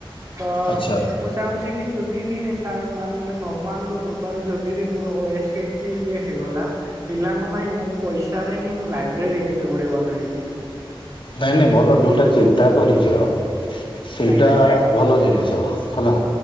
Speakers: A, on the right; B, on the left.
A: ତ
B: ଆଚ୍ଛା
A: ଚାହୁଁଛି କି ଯଦି ବି ସାର୍ ମାନେ ଭଗବାନଙ୍କ କୃପାରୁ ଯଦି ବି ମୋର ଓଏସ୍ ହେ ଇଏ ହେଇଗଲା ପିଲାଙ୍କ ପାଇଁ ମୋ ପଇସାରେ ହିଁ ମୁଁ ଲାଇବ୍ରେରୀ କେତେ ଗୁଡେ ବନାଇବି।
B: ନାଇଁ ନାଇଁ ଭଲ ଯୋଉଟା ଚିନ୍ତା କରିଛ ସେଇଟା
A: ଆଜ୍ଞା
B: ଭଲ ଜିନିଷ ହେଲା।